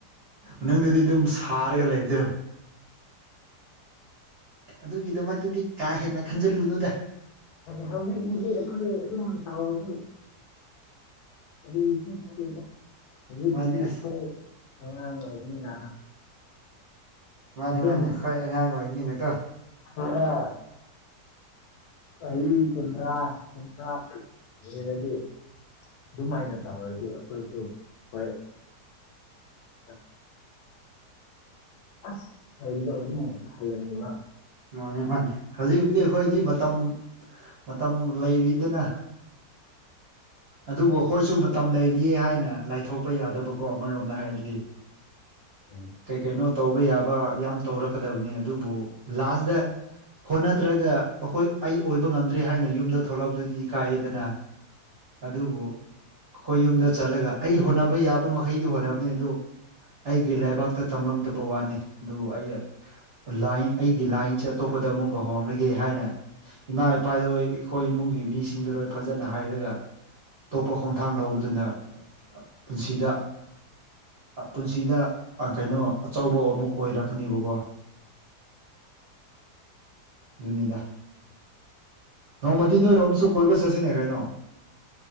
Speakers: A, on the right (about 50°); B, on the left (about 70°).
A: ꯃꯅꯨꯡꯗꯗꯤ ꯑꯗꯨꯝ ꯁꯥꯔꯒ ꯂꯩꯕꯗ ꯑꯗꯨꯒꯤꯗꯃꯛꯇꯗꯤ ꯀꯥ ꯍꯦꯟꯅ ꯈꯟꯖꯤꯜꯂꯨꯅꯨꯗ
B: ꯍꯧꯖꯤꯛꯕꯨꯨꯗꯤ ꯑꯩꯈꯣꯏ ꯑꯗꯨꯝ ꯇꯧꯔꯁꯨ ꯀꯔꯤꯁꯨ ꯆꯇꯦꯗ ꯍꯧꯖꯤꯛꯕꯨꯗꯤ
A: ꯃꯥꯅꯦ
B: ꯑꯩꯈꯣꯏ
A: ꯑꯁ
B: <unintelligible> ꯑꯗꯨ
A: ꯃꯥꯅꯦ
B: ꯑꯗꯨꯝ
A: ꯃꯥꯅꯦ ꯍꯣꯏ ꯑꯉꯥꯡ ꯑꯣꯏꯕꯅꯤꯅꯀꯣ
B: ꯍꯔ ꯆꯍꯤ ꯀꯨꯟꯊ꯭ꯔꯥ ꯀꯨꯟꯊ꯭ꯔꯥ ꯍꯔꯗꯤ ꯑꯗꯨꯝꯥꯏꯅ ꯇꯧꯔꯗꯤ ꯑꯩꯈꯣꯏꯁꯨ ꯍꯣꯏ ꯑꯁ ꯑꯁ ꯍꯥꯏꯕꯗꯣ ꯑꯗꯨꯝ ꯈꯜꯂꯅꯤꯕ
A: ꯃꯥꯅꯤ ꯃꯥꯅꯤ ꯍꯧꯖꯤꯛꯕꯨꯗꯤ ꯑꯩꯈꯣꯏꯗꯤ ꯃꯇꯝ ꯃꯇꯝ ꯂꯩꯔꯤꯗꯅ ꯑꯗꯨꯕꯨ ꯑꯩꯈꯣꯏꯁꯨ ꯃꯇꯝ ꯂꯩꯔꯤꯌꯦ ꯍꯥꯏꯅ ꯂꯥꯏꯊꯣꯛꯄ ꯌꯥꯗꯕꯀꯣ ꯑꯃꯔꯣꯝꯗ ꯍꯥꯏꯔꯗꯤ
B: <unintelligible>
A: ꯀꯩ ꯀꯩꯅꯣ ꯇꯧꯕ ꯌꯥꯕ ꯌꯥꯝ ꯇꯧꯔꯛꯀꯗꯕꯅꯤ ꯑꯗꯨꯕꯨ ꯂꯥꯁꯗ ꯍꯣꯠꯅꯗ꯭ꯔꯒ ꯑꯩꯈꯣꯏ ꯑꯩ ꯑꯣꯏꯕ ꯉꯝꯗ꯭ꯔꯦ ꯍꯥꯏꯅ ꯌꯨꯝꯗ ꯊꯣꯛꯂꯛꯕꯗꯨꯗꯤ ꯏꯀꯥꯏꯌꯦꯗꯅ ꯑꯗꯨꯕꯨ ꯑꯩꯈꯣꯏ ꯌꯨꯝꯗ ꯆꯠꯂꯒ ꯑꯩ ꯍꯣꯠꯅꯕ ꯌꯥꯕ ꯃꯈꯩꯗꯤ ꯍꯣꯠꯅꯕꯅꯤ ꯑꯗꯨ ꯑꯩꯒꯤ ꯂꯩꯕꯥꯛꯇ ꯇꯝꯃꯝꯗꯕ ꯋꯥꯅꯤ ꯑꯗꯨ ꯑꯩ ꯂꯥꯏꯟ ꯑꯩꯒꯤ ꯂꯥꯏꯟꯁꯦ ꯑꯇꯣꯞꯄꯗ ꯑꯃꯨꯛꯀ ꯍꯣꯡꯅꯒꯦ ꯍꯥꯏꯅ ꯏꯃꯥ ꯏꯄꯥꯗꯣꯏ ꯑꯩꯈꯣꯏ ꯏꯃꯨꯡꯒꯤ ꯃꯤꯁꯤꯡꯗꯔꯣꯏ ꯐꯖꯅ ꯍꯥꯏꯔꯒ ꯑꯇꯣꯞꯄ ꯈꯣꯡꯊꯥꯡ ꯂꯧꯕꯗꯨꯅ ꯄꯨꯟꯁꯤꯗ ꯄꯨꯟꯁꯤꯗ ꯀꯩꯅꯣ ꯑꯆꯧꯕ ꯑꯃꯨꯛ ꯑꯣꯏꯔꯛꯀꯅꯦꯕꯀꯣ ꯖꯅꯤꯗ ꯅꯣꯡꯃꯗꯤ ꯅꯣꯏꯔꯣꯝꯁꯨ ꯀꯣꯏꯕ ꯆꯠꯁꯤꯅꯦ ꯀꯩꯅꯣ